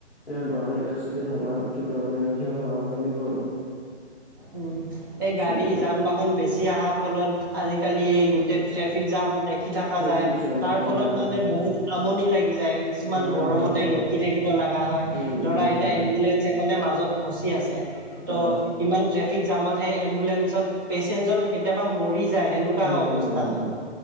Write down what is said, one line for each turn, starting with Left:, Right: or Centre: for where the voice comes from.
Centre: যান বাহন এক্সিডেণ্ট হোৱা কি কৈ মানে সিহঁত <unintelligible> কমিব আৰু।
Right: উমঁ' এই গাড়ী
Centre: এনেকুৱা
Right: যান বাহন বেছি অহাৰ ফলত- আজিকালি গোটেই ট্ৰেফিক জাম দেখি থকা
Centre: ট্ৰেফিক
Right: যায়।
Centre: জামত
Right: তাৰ
Centre: দেখি
Right: ফলত
Centre: থাকা
Right: মানে
Centre: যায় আৰু
Right: বহুত আমনি লাগি যায়। কিছুমান
Centre: হয়
Right: গৰমতে
Centre: হয় হয়
Right: ৰখি থাকিব লগা হয়
Centre: উম
Right: ধৰা-
Centre: উম
Right: এতিয়া
Centre: হয় হয়
Right: এম্বুলেঞ্চ এখনে মাজত ফচি আছে ত'
Centre: অ
Right: ইমান- ট্ৰেফিক জামতহে এম্বুলেন্ঞ্চত পেচেন্টজন- কেতিয়াবা মৰি যায় সেনেকোৱা
Centre: মৰি
Right: অৱস্থা
Centre: যায় হয়